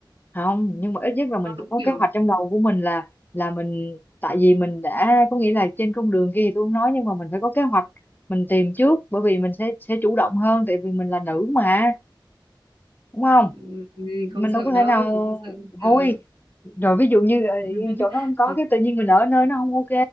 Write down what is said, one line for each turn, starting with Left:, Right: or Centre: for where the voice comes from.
Left: không nhưng mà ít nhất là mình
Right: Nó
Left: phải
Right: đúng
Left: có
Right: kiểu.
Left: kế hoạch trong đầu của mình là là mình tại vì mình đã có nghĩa là trên con đường kia thì tôi không nói nhưng mà mình phải có kế hoạch mình tìm trước bởi vì mình sẽ sẽ chủ động hơn tại vì mình là nữ mà đúng không
Right: ừ,
Left: mình
Right: Không sợ
Left: đâu có
Right: đâu.
Left: thể nào
Right: Không sợ, không
Left: hôi
Right: sợ.
Left: rồi ví dụ như ờ,
Right: <laughs>
Left: chỗ đó không có cái tự nhiên mình ở nơi nó không ok